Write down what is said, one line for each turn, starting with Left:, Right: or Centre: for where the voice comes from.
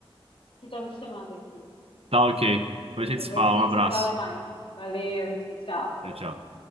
Left: que estão me chamando aqui.
Right: Tá ok. Depois
Left: E
Right: a gente
Left: depois
Right: se fala.
Left: a gente
Right: Um abraço.
Left: se fala mais. Valeu, tchau, tchau.
Right: Tchau, tchau.